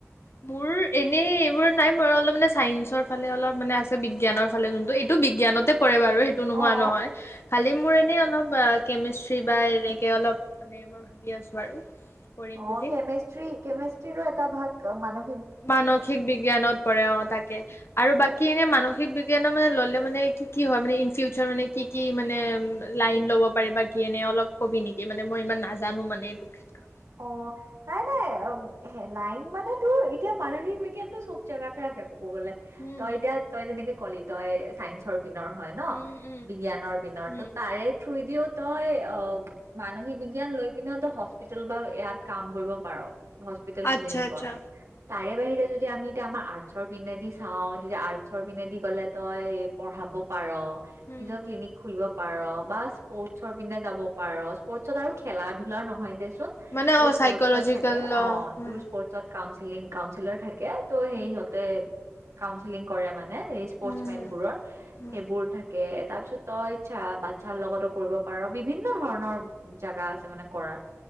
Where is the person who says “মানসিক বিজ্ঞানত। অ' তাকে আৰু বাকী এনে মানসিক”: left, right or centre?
Left